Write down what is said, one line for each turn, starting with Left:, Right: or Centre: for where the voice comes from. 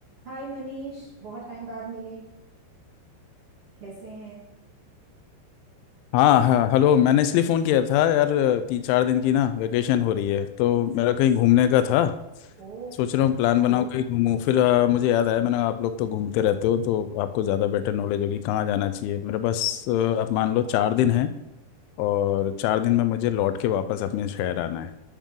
Right: हाय मनीष बहुत टाइम बाद मिले कैसे हैं
Left: हाँ हाँ हेलो मैंने इसलिए फ़ोन किया था यार तीन चार दिन की ना वेकेशन हो रही है तो मेरा कहीं घूमने का था
Right: ओ
Left: सोच रहा हूँ प्लान बनाऊँ कहीं घूमूँ फिर आ, मुझे याद आया मैंने आप लोग तो घूमते रहते हो तो आपको ज़्यादा बेटर नॉलेज होगी कहाँ जाना चाहिए मेरे पास आ, आप मान लो चार दिन हैं और चार दिन में मुझे लौट के वापस अपने शहर आना है